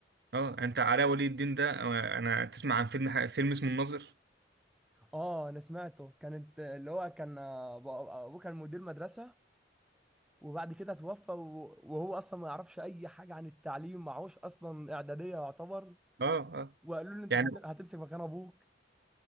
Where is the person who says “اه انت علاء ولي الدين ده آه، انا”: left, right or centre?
Right